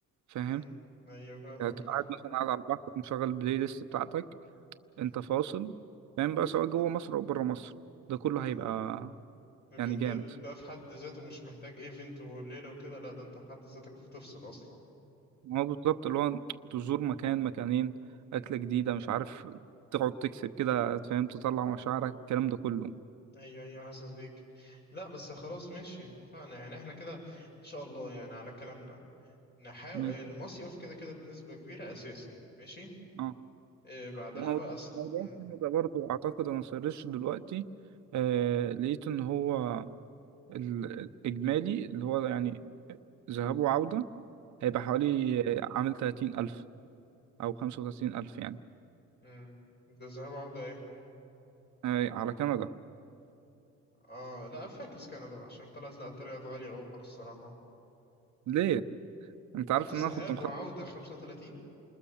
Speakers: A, on the right; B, on the left.
A: فاهم
B: مم. ايوه فاهمك
A: يعني تبقى
B: حق
A: قاعد مثلا قاعد على البحر مشغل البلاي ليست بتاعتك انت
B: مم.
A: فاصل فاهم بقى سواء جوه مصر او بره مصر ده كله
B: مم.
A: هيبقى
B: ايفنت
A: يعني جامد
B: ده ده في حد ذاته مش محتاج ايفنت وليلة وكده لا ده انت في حد ذاتك بتفصل اصلا
A: ما هو بالظبط اللي هو تزور مكان مكانين أكلة جديدة
B: مم.
A: مش عارف تقعد تكسب كده فاهم تطلع مشاعرك الكلام ده كله
B: ايوه ايوه حاسس بيك لا بس خلاص ماشي اتفقنا يعني احنا كده ان شاء الله يعني على كلامنا نحاول
A: مم.
B: المصيف كده كده بنسبة كبيرة اساسي ماشي
A: اه
B: إيه بعدها
A: وموضوع
B: بقى س...
A: موضوع
B: مم.
A: الفيلم ده برضه اعتقد انا سرشت دلوقتي آه
B: مم.
A: لقيت ان هو الاجمالي اللي هو يعني ذهاب وعودة هيبقى
B: مم.
A: حوالي آه، عامل تلاتين الف او خمسة وتلاتين الف يعني
B: مم. ده الذهاب وعودة ايه
A: آه على كندا
B: اه لا فاكس كندا بقى عشان طلعت لا طلعت غالية اوفر الصراحة
A: ليه انت
B: انت
A: عارف
B: قلت ذهاب
A: ان انا كنت مخطط
B: وعودة 35